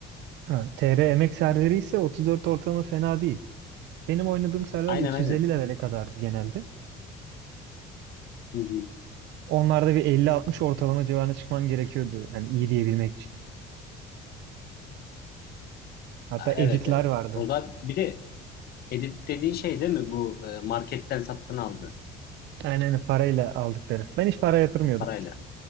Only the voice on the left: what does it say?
Aynen
aynen.
Hı hı.
Aa,
Evet evet.
O zaman bir de edit dediğin şey değil mi bu e, marketten satın aldı
parayla?